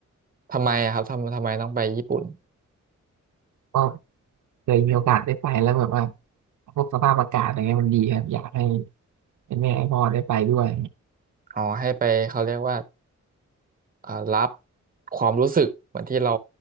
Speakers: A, on the right (about 30°); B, on the right (about 75°).
A: ทำไมอะครับทำทำไมต้องไปญี่ปุ่น
B: ก็เคยมีโอกาสได้ไปแล้วแบบว่าพวกสภาพอากาศอะไรเงี้ยมันดีครับอยากให้ให้แม่ให้พ่อได้ไปด้วย
A: อ๋อให้ไปเขาเรียกว่าเอ่อรับความรู้สึกเหมือนที่เรา